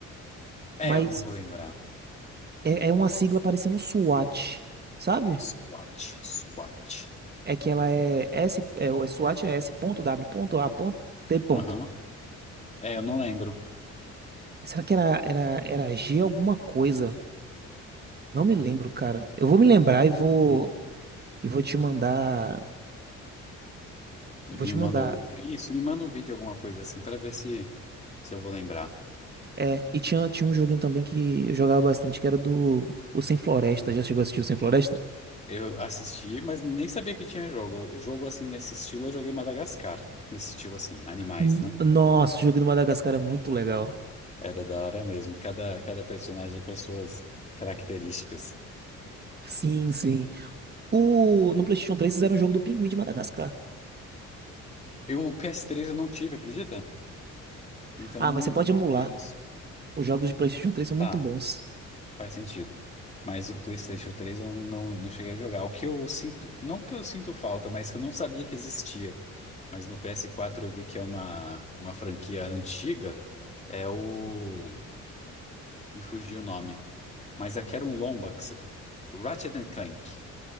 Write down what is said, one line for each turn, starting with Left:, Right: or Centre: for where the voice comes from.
Left: É,
Right: Mas
Left: eu não vou lembrar.
Right: É, é uma sigla parecendo SWAT, sabe?
Left: SWAT, SWAT.
Right: É que ela é S, é, o SWAT é S.W.A.T.
Left: Aham. É, eu não lembro.
Right: Será que era, era, era G alguma coisa? Não me lembro, cara. Eu vou me lembrar e vou e vou te mandar,
Left: Me
Right: vou te
Left: manda
Right: mandar.
Left: o... Isso, me manda um vídeo, alguma coisa assim, pra ver se, se eu vou lembrar.
Right: É, e tinha, tinha um joguinho também que eu jogava bastante, que era do o Sem Floresta. Já chegou a assistir o Sem Floresta?
Left: Eu assisti, mas nem sabia que tinha jogo. Jogo assim, nesse estilo, eu joguei Madagascar. Nesse estilo assim, animais,
Right: N-
Left: né?
Right: Nossa, o jogo do Madagascar é muito legal.
Left: Era da hora mesmo. Cada, cada personagem com as suas características.
Right: Sim, sim. O, no PlayStation 3 fizeram um jogo do Pinguim de Madagascar.
Left: Eu, o PS3 eu não tive, acredita? Então
Right: Ah,
Left: não,
Right: mas você pode
Left: não
Right: emular.
Left: conheço.
Right: Os jogos de PlayStation 3 são
Left: Tá,
Right: muito bons.
Left: faz sentido. Mas o PlayStation três eu não, não cheguei a jogar. O que eu sinto, não que eu sinto falta, mas que eu não sabia que existia. Mas no ps quatro eu vi que é uma, uma franquia antiga. É o. Me fugiu o nome. Mas é que era um lomba. que se- Ratchet and Clank.